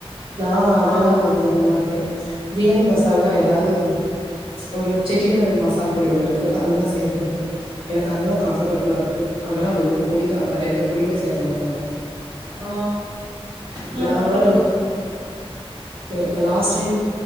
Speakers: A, on the right; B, on the right.
A: நா அதல்லா
B: ஆ
A: இது பண்ண மாட்டே ப்ரியாணி மஸ் தால் தா எதாது ஒரு செட்டிநாடு மசால் பொடி ஒன்னு இருக்கு அதுதா சேப்ப நானு எனக்கு அதுதா கம்ஃபர்டபுளா இருக்கு அதுனால அந்த ஒரு பொடிதா வேற எந்த பொடியுமே சேக்க மாட்டே நானு
B: ஆ இல்ல
A: நார்மலா
B: நா உங்ளுக்கொரு
A: ப்ப லாஸ் டைம்